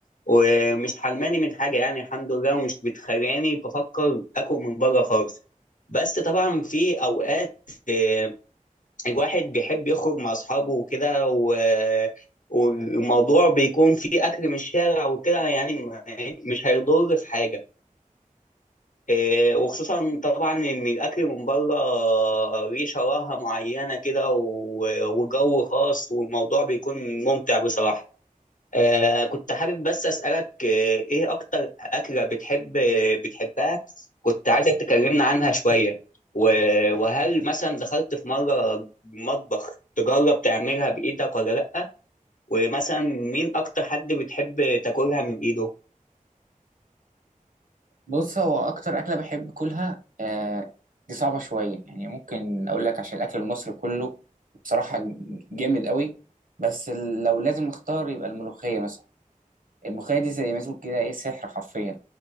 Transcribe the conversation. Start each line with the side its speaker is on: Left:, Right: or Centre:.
Left: ومش حرماني من حاجة يعني الحمد لله ومش بتخلاني بفكر آكل من بره خالص بس طبعا في أوقات آه، الواحد بيحب يخرج مع أصحابه وكده و- والموضوع بيكون فيه أكل من الشارع وكده يعني م- مش هيضر في حاجة آه، وخصوصا طبعا إن الأكل من بره ليه شراهة معينة كده و- وجو خاص والموضوع بيكون ممتع بصراحة آه كنت حابب بس أسألك آه إيه أكتر أكلة بتحب بتحبها كنت عايزك تكلمنا عنها شوية و- وهل مثلا دخلت في مرة مطبخ تجرب تعملها بإيدك ولا لأ ومثلا مين أكتر حد بتحب تاكلها من إيده
Right: بص هو اكتر اكله بحب اكلها آه دي صعبه شويه يعني ممكن اقول لك عشان الاكل المصري كله بصراحه جامد قوي بس ال- لو لازم اختار يبقى الملوخيه مثلا الملوخيه دي زي ما تقول كده ايه سحر حرفيا